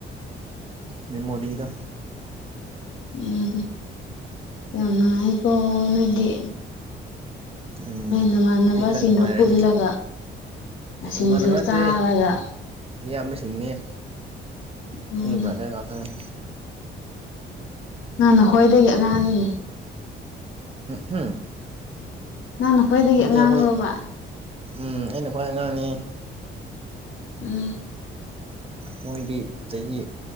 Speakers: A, on the right; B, on the left.
A: ꯃꯦꯃꯣꯔꯤꯗꫭ
B: ꯎꯝ ꯌꯥꯝꯅꯨꯉꯥꯏꯀꯣ ꯅꫭꯏꯗꯤ
A: ꯎꯝ
B: ꯅꯃꯥꯟꯅꯕꯁꯤꯡꯒ
A: ꯈꯔ ꯅꯨꯡꯉꯥꯏꯔꯒꯦ
B: ꯄꯨꯜꯂꯒ ꯁꯤꯡꯖꯨ
A: ꯏꯃꯥꯟꯅꯕ ꯅꯠꯇꯦ
B: ꯆꯥꯔꯒ
A: ꯏꯌꯥꯝꯕꯁꯤꯡꯅꯦ
B: ꯎꯝ
A: ꯑꯩ ꯕ꯭ꯔꯗꯔ ꯉꯥꯛꯇꯅꯤ
B: ꯅꯪꯅ ꯈꯋꯥꯏꯗꯒꯤ ꯑꯉꯥꯡꯅꯤ
A: ꯍꯝ
B: ꯅꯪꯅ ꯈ꯭ꯋꯥꯏꯗꯒꯤ
A: ꯅꯇꯦ
B: ꯑꯉꯥꯡꯔꯣꯕ
A: ꯑꯩꯈꯣꯏ ꯎꯝ ꯑꯩꯅ ꯈ꯭ꯋꯥꯏ ꯑꯉꯥꯡꯅꯤ
B: ꯎꯝ
A: ꯃꯣꯏꯗꯤ ꯆꯍꯤ